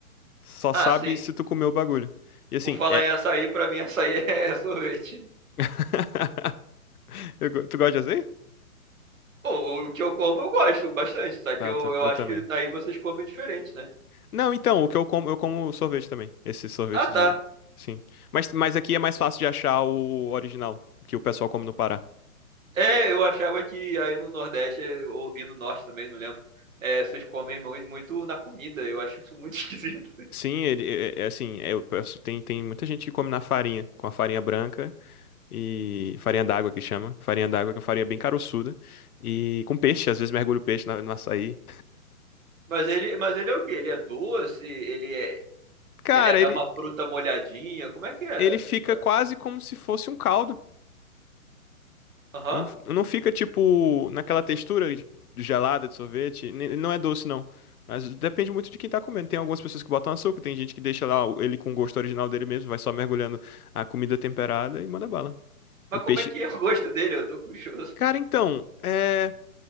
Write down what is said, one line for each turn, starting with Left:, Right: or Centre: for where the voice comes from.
Left: Só
Right: Ah,
Left: sabe
Right: sim.
Left: se tu comer o bagulho. E assim,
Right: Por falar
Left: é.
Right: em açaí, pra mim açaí <laughs> é sorvete.
Left: <laughs> Eu go- Tu gosta de açaí?
Right: Bom, o que eu como eu gosto bastante, só que
Left: Tá,
Right: eu,
Left: tá,
Right: eu
Left: eu
Right: acho
Left: também.
Right: que aí vocês comem diferente, né?
Left: Não, então, o que eu como, eu como sorvete também. Esse sorvete
Right: Ah, tá.
Left: de. Sim. Mas, mas aqui é mais fácil de achar o original, que o pessoal come no Pará.
Right: É, eu achava que aí no Nordeste, ou, e no Norte também, não lembro, é, vocês comem mui- muito na comida. Eu acho isso muito <laughs> esquisito.
Left: Sim, ele é, é- é assim, é, eu peço- tem, tem muita gente que come na farinha, com a farinha branca. e farinha d'água que chama. Farinha d'água que é uma farinha bem caroçuda. E com peixe, às vezes mergulho o peixe na- no açaí.
Right: Mas ele, mas ele é o quê? Ele é doce? Ele é,
Left: Cara,
Right: ele é é
Left: ele,
Right: uma fruta molhadinha? Como é que é
Left: ele
Right: essa
Left: fica
Right: história?
Left: quase como se fosse um caldo.
Right: Aham.
Left: Não, não fica tipo naquela textura de- gelada de sorvete. Ne- Ele Não é doce, não. Mas depende muito de quem tá comendo. Tem algumas pessoas que botam açúcar, tem gente que deixa lá o- ele com o gosto original dele mesmo, vai só mergulhando a comida temperada e manda bala.
Right: Mas
Left: O peixe.
Right: como é que é o gosto dele? Eu tô curioso.
Left: Cara, então, é.